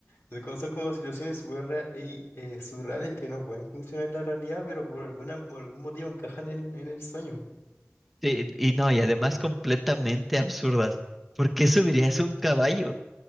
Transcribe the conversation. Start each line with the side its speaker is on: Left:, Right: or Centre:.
Left: son como son como situaciones súper ra- y, eh, surreales que no pueden funcionar en la realidad, pero por alguna, por algún motivo encajan en, en el sueño.
Centre: Sí, y no, y además
Left: Como que-
Centre: completamente absurdas. ¿Por qué subirías
Left: sí.
Centre: un caballo?